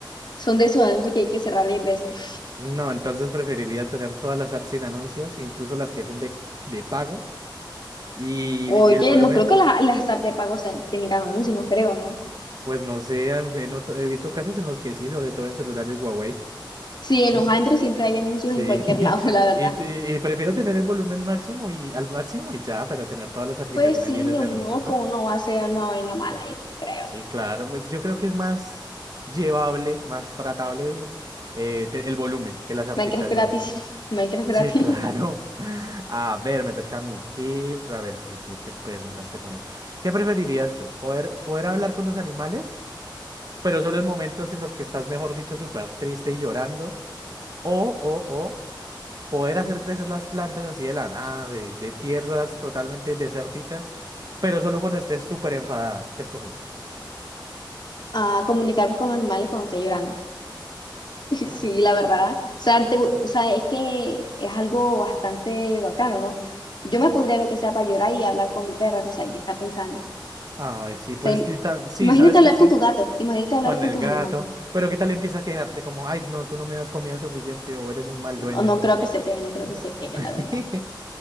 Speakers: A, on the left (about 65°); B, on the right (about 50°).
A: Son de esos anuncios que hay que cerrar 10 veces.
B: No, entonces preferiría tener todas las apps sin anuncios, incluso las que son de, de pago. Y,
A: Oye,
B: y el volumen,
A: no creo que las, las apps de pago se- tengan anuncios, no creo, ¿no?
B: pues no sé, en- en otro- he visto casos en los que sí, sobre todo en celulares Huawei.
A: Sí, en los Android siempre hay anuncios
B: Sí,
A: en cualquier
B: <laughs>
A: lado, <laughs> la verdad.
B: y, t- y prefiero tener el volumen máximo y al máximo y ya, pero tener todas las aplicaciones
A: Pues sí,
B: libres
A: ni
B: de
A: modo
B: anuncios, ¿no?
A: que uno va a hacer una vaina mala, yo no creo.
B: Sí, claro, pues yo creo que es más llevable, más tratable eh, te- el volumen que las aplicaciones.
A: Minecraft gratis, <laughs> Minecraft
B: Sí,
A: gratis.
B: claro. <laughs> A ver, me toca a mí. ¿Qué, a ver, qué, qué te preguntas te pongo? ¿Qué preferirías tú? ¿Poder, poder hablar con los animales, pero solo en momentos en los que estás, mejor dicho, súper triste y llorando? ¿O, o, o poder hacer crecer las plantas así de la nada, de, de tierras totalmente desérticas, pero solo cuando estés súper enfadada? ¿Qué escoges?
A: A comunicarme con los animales cuando esté llorando. <laughs> Sí, la verdad. O sea, te- o sea, es que es algo bastante bacano, ¿no? Yo me pondría lo que sea para llorar y hablar con mi perra, o sea, que está pensando. O
B: Ay, sí,
A: sea,
B: pues
A: im-
B: es que ta- sí,
A: imagínate
B: sabes
A: hablar
B: que sí,
A: con tu gato, imagínate hablar
B: con
A: con
B: el
A: tus
B: gato.
A: animales.
B: Pero ¿qué tal empieza a quejarse como, ay, no, tú no me das comida suficiente o eres un mal dueño?
A: No, no creo que se queje, no creo que se queje,
B: <laughs>
A: la verdad.